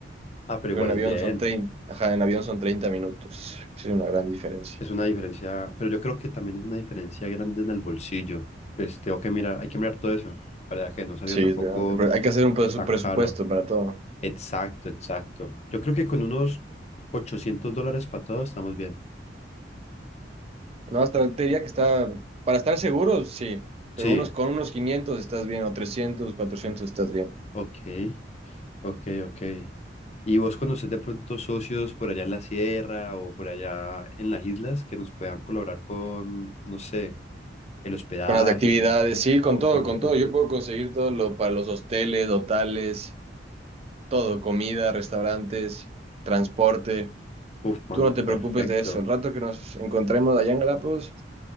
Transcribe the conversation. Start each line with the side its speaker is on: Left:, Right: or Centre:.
Left: Ah, pero
Right: pero
Left: igual
Right: en
Left: es
Right: avión
Left: bien.
Right: son treinta ajá, en avión son 30 minutos. Sí, Es una gran diferencia.
Left: Es una diferencia, pero yo creo que también es una diferencia grande en el bolsillo. Pues tengo que mirar, hay que mirar todo eso para que no salga
Right: Sí,
Left: tampoco
Right: es verdad. Pero Hay que hacer un presu-
Left: tan
Right: presupuesto
Left: caro.
Right: para todo.
Left: Exacto, exacto. Yo creo que con unos 800 dólares para todo estamos bien.
Right: No, hasta te diría que está, para estar seguros, sí, pero
Left: Sí,
Right: unos con unos 500 estás bien, o 300 400 estás bien.
Left: ok, ok, ok. ¿Y vos conocés de pronto socios por allá en la sierra o por allá en las islas que nos puedan colaborar con, no sé, el hospedaje
Right: Con las actividades, sí, con
Left: o
Right: todo,
Left: con...
Right: con
Left: ujú.
Right: todo. Yo puedo conseguir todo lo para los hosteles, hotales, todo, comida, restaurantes, transporte.
Left: Uf, mano,
Right: Tú no te
Left: perfecto.
Right: preocupes de eso. El rato que nos encontremos allá en Galápagos,